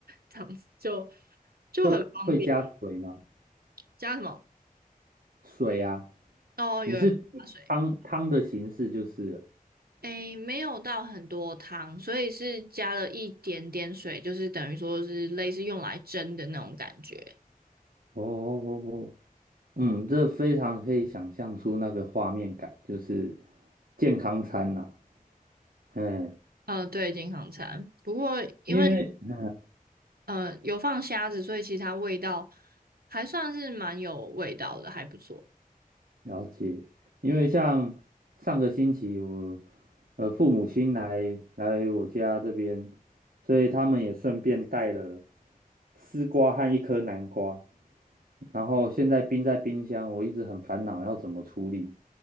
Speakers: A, on the right; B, on the right.
A: 这样子就就很方便。
B: 会会加水吗？
A: 加什么？
B: 水啊，
A: 哦，
B: 你是汤汤的形式就是
A: 有有加水，诶，没有到很多汤，所以是加了一点点水，就是等于说是类似用来蒸的那种感觉。
B: 哦哦哦哦嗯，这非常可以想象出那个画面感，就是健康餐呐、嗯，
A: 嗯、呃对，健康餐。不过因为
B: 因为
A: 嗯有放虾子，所以其实它味道还算是蛮有味道的，还不错。
B: 了解，因为像上个星期我呃父母亲来来我家这边，所以他们也顺便带了丝瓜和一颗南瓜，然后现在冰在冰箱，我一直很烦恼要怎么处理，